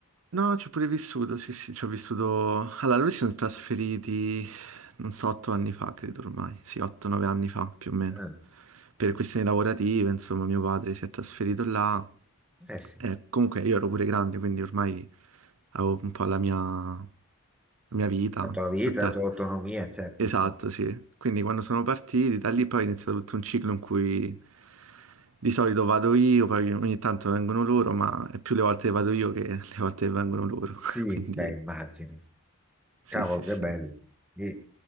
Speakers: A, on the right; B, in the centre.
A: No, ci ho pure vissuto, sì, sì, ci ho vissuto. Allora, lui si sono trasferiti, non so, otto anni fa, credo ormai. Sì, otto, nove anni fa, più o meno.
B: Eh,
A: Per questioni lavorative, insomma, mio padre si è trasferito là.
B: eh sì,
A: E comunque io ero pure grande, quindi ormai avevo un po' la mia, la mia vita,
B: la tua vita,
A: tutta.
B: la tua autonomia, certo.
A: Esatto, sì. Quindi quando sono partiti, da lì poi è iniziato tutto un ciclo in cui di solito vado io, poi ogni tanto vengono loro, ma è più le volte che vado io che le volte che vengono loro.
B: Sì,
A: <laughs> Quindi
B: beh, immagino.
A: sì,
B: Cavolo,
A: sì,
B: che
A: sì.
B: bello. E,